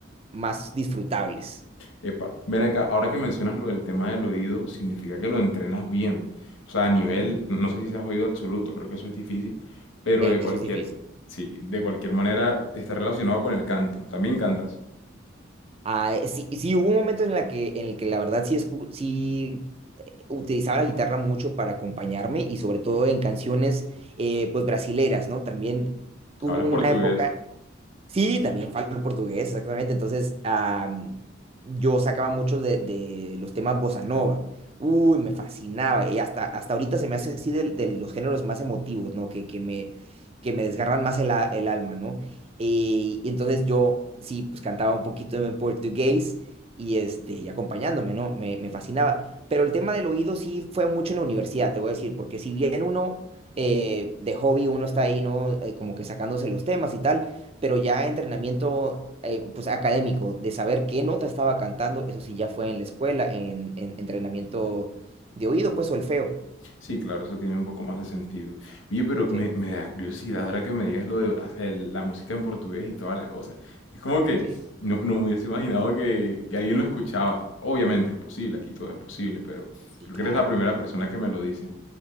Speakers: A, on the right; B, on the left.
A: más disfrutables.
B: Epa, ven acá, ahora que mencionas lo del tema del oído, significa que lo entrenas bien. O sea, a nivel,
A: Ujú.
B: no no sé si seas oído absoluto, creo que eso es difícil, pero
A: Eso
B: de cualquier,
A: es difícil.
B: sí, de cualquier manera está relacionado con el canto. También cantas,
A: Ah, eh, sí, sí, hubo un momento en la que, en el que la verdad sí, escu- sí utilizaba la guitarra mucho para acompañarme y sobre todo en canciones eh, pues brasileras, ¿no? También hubo
B: hablas
A: una
B: portugués.
A: época Sí, también falo portugués, exactamente. Entonces, am, yo sacaba muchos de, de los temas bossa nova. Uy, me fascinaba. Y hasta, hasta ahorita se me hace así del- de, los géneros más emotivos, ¿no? Que, que me, que me desgarran más el, a- el alma, ¿no? Eh, y entonces yo, sí, pues cantaba un poquito en portugués y, este, y acompañándome, ¿no? Me, me fascinaba. Pero el tema del oído sí fue mucho en la universidad, te voy a decir, porque si bien uno, eh, de hobby, uno está ahí, ¿no? Eh, como que sacándose los temas y tal pero ya entrenamiento eh, pues académico, de saber qué nota estaba cantando, eso sí ya fue en la escuela, en, en entrenamiento de oído, pues solfeo.
B: Sí, claro, eso tiene un poco más de sentido. Oye, pero
A: Sí,
B: me, me da curiosidad ahora que me digas lo de Bra- el- la música en portugués y toda la cosa. Es como que
A: sí,
B: no, no me hubiese imaginado que, que alguien lo escuchaba. Obviamente es posible, aquí todo es posible, pero
A: sí,
B: creo
A: claro.
B: que eres la primera persona que me lo dice.